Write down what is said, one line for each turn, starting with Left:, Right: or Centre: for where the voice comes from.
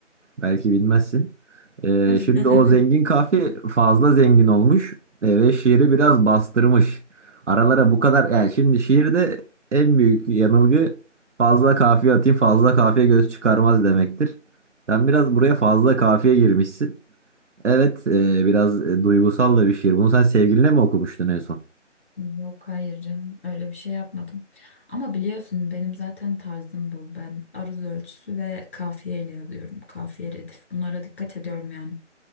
Right: Belki bilmezsin. Ee,
Left: <laughs>
Right: şimdi o zengin kafi fazla zengin olmuş e, ve şiiri biraz bastırmış. Aralara bu kadar yani şimdi şiirde en büyük yanılgı fazla kafiye atayım fazla kafiye göz çıkarmaz demektir. Sen biraz buraya fazla kafiye girmişsin. Evet e, biraz e, duygusal da bir şiir. Bunu sen sevgiline mi okumuştun en son?
Left: Yok hayır canım öyle bir şey yapmadım. Ama biliyorsun benim zaten tarzım bu. Ben aruz ölçüsü ve kafiyeyle yazıyorum. Kafiye redif. Bunlara dikkat ediyorum yani.